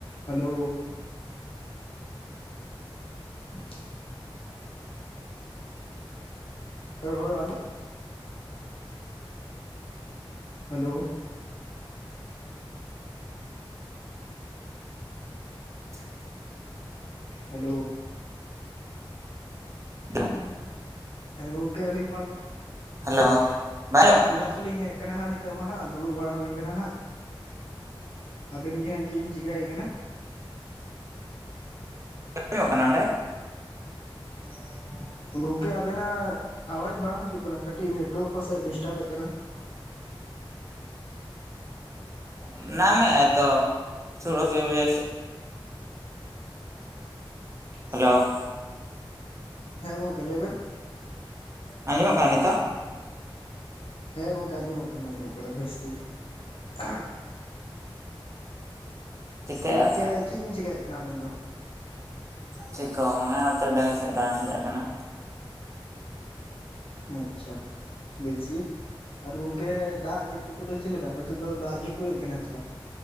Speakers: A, on the left (about 80°); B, on the right (about 30°).
A: ᱦᱮᱞᱳ, <unintelligible> <inaudible> ᱨᱚᱲ <inaudible> Hello,
B: <unintelligible>
A: hello,
B: <unintelligible>
A: ᱮ ᱜᱚᱝᱠᱮ ᱟᱞᱤᱧ
B: <inaudible> ᱦᱮᱞᱳ <inaudible>
A: ᱜᱚᱰᱟ ᱥᱮᱜᱞᱤᱧ ᱦᱮᱡ ᱠᱟᱱᱟ ᱦᱟᱸᱜ ᱱᱤᱛᱚᱜ ᱢᱟ ᱦᱟᱸᱜ ᱫᱩᱲᱩᱵ ᱵᱟᱲᱟ ᱦᱩᱭ ᱠᱟᱱᱟ ᱦᱟᱸᱜ᱾ ᱟᱵᱮᱱ ᱜᱮ ᱦᱟᱸᱜ ᱪᱤᱜ ᱵᱤᱱ ᱪᱤᱠᱟᱹᱭᱮᱜ ᱠᱟᱱᱟ?
B: <inaudible> ᱠᱟᱱᱟ ᱚᱸᱰᱮ?
A: <unintelligible> ᱜᱚᱝᱠᱮ ᱟᱵᱮᱱᱟᱜ ᱟᱣᱟᱡ ᱵᱟᱝ ᱦᱤᱡᱩᱜ ᱠᱟᱱᱟ ᱠᱟᱹᱴᱤᱡ ᱱᱮᱴᱚᱣᱟᱠ ᱯᱟᱥᱮᱜ ᱰᱤᱥᱴᱟᱵᱮᱜ ᱠᱟᱱᱟ᱾
B: <unintelligible>
A: <unintelligible>
B: ᱦᱮᱞᱳ,
A: ᱦᱮᱸ ᱜᱚᱝᱠᱮ ᱞᱟᱹᱭᱵᱮᱱ᱾
B: ᱟᱸᱡᱚᱢᱚᱜ ᱠᱟᱱᱟ ᱱᱤᱛᱚᱜ?
A: ᱦᱮᱸ ᱜᱚᱝᱠᱮ ᱟᱸᱡᱚᱢᱚᱜ ᱠᱟᱱᱟ ᱟᱸᱡᱚᱢᱚᱜ ᱠᱟᱱᱟ ᱵᱮᱥ ᱛᱮᱜᱮ <unintelligible>
B: ᱪᱤᱠᱟᱹᱭᱮᱜᱼᱟ
A: ᱛᱚ ᱜᱚᱝᱠᱮ
B: ᱯᱮ
A: ᱪᱤᱜ ᱵᱤᱱ ᱪᱤᱠᱟᱹᱭᱮᱜ ᱠᱟᱱᱟ ᱟᱵᱮᱱ ᱫᱚ?
B: ᱪᱤᱟᱹ ᱦᱚᱸ ᱵᱟᱝᱟ ᱱᱚᱛᱮ ᱰᱟᱹᱦᱤ ᱥᱮᱜ ᱰᱟᱝ ᱦᱮᱡ ᱟᱠᱟᱱᱟ᱾
A: ᱟᱸᱪᱷᱟ᱾ ᱵᱮᱥ ᱜᱤ ᱟᱨ ᱜᱚᱝᱠᱮ ᱫᱟᱜ ᱡᱟᱹᱯᱩᱫ ᱠᱩᱫᱚ ᱪᱤᱫ ᱞᱮᱠᱟ ᱥᱮᱫ ᱫᱚ ᱫᱟᱜ ᱡᱟᱹᱯᱩᱫ ᱛᱷᱦᱮᱱᱟ ᱥᱮ ᱵᱟᱝ?